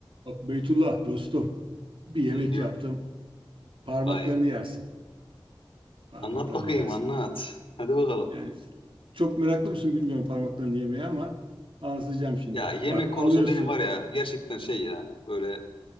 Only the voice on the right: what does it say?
Bak Beytullah dostum bir yemek
yaptım. Parmaklarını
yersin. Parmaklarını
yersin.
Yani çok meraklı mısın bilmiyorum parmaklarını yemeye ama anlatacağım şimdi.
Bak
alıyorsun